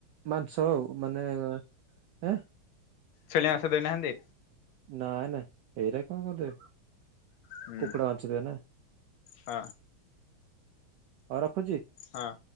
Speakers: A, on the right; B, on the left.
A: ମାଂସ ଆଉ ମାନେଁ ଏଁ।
B: ଛେଳି ମାଂଶ ଦେଇନାହାନ୍ତି?
A: ନାଇ ନାଇ ହେଇରା କଣ ଗୋଟେ
B: ହୁଁ
A: କୁକୁଡା ମାଂଶ ଦେବେନା।
B: ହଁ।
A: ହ ଉ ରଖୁଚି।
B: ହଁ।